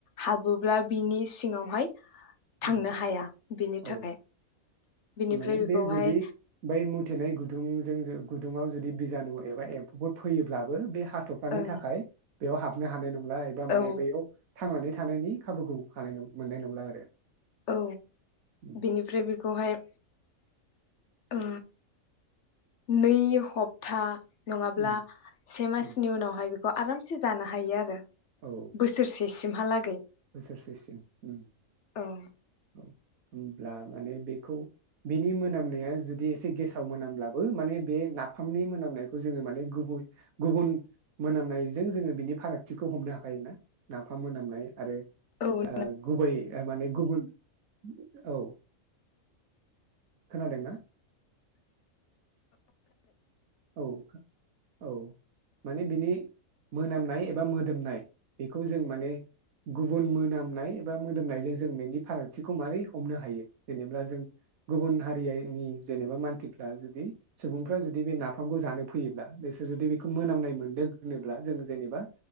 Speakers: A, on the left (about 60°); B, on the right (about 85°).
A: हाबोब्ला बिनि सि सिङावहाय
B: उ
A: थांनो हाया बिनि
B: औ
A: थाखाय बिनिफ्राय
B: माने
A: बेखौहाय
B: बे जुदि बै मुथेनाय गुदुं जोंजो गुदुङआव जुदि बिजानु एबा एम्फौफोर फैयोब्लाबो बे हाथ'फ्लानि
A: ओं
B: थाखाय बेयाव हाबनो हानाय नं ला एबा माने
A: औ
B: बैयाव थांनानै थानायनि खाबुखौ हानाय नं मोननाय नंला आरो।
A: औ
B: उम
A: बेनिफ्राय बेखौहाय ओ नै हप्ता नङाब्ला
B: उम
A: से मासनि
B: उम
A: उनावहाय बे खौ आरामसे जानो हायो आरो।
B: औ
A: बोसोरसे सिमहालागै
B: बोसोरसेसिम उम
A: औ
B: औ होमब्ला माने बेखौ बिनि मोनामनाया जुदि एसे गेसाव मोनामब्लाबो माने बे नाफामनि मोनामनायखौ जोङो माने गुबै गुबुन मोनामनायजों जोङो बिनि फारागथिखौ हमनो हाखायो ना नाफाम मोनामनाय आरो
A: औ ओं
B: ओ गुबै माने गुबुन औ खोनादों ना? औ औ माने बिनि मोनामनाय एबा मोदोमनाय बेखौ जों माने गुबुन मोनामनाय एबा मोदोमनायजों जों बेनि फारागथिखौ माबारै हमनो हायो जेनेबा जों गुबुन हारिनि जेनेबा मानसिफ्रा जुदि सुबुंफ्रा जुदि बे ना फामखौ जानो फैयोब्ला बिसोर जुदि बेखौ मोनामनाय मोन्दों होनोब्ला जों जेनेबा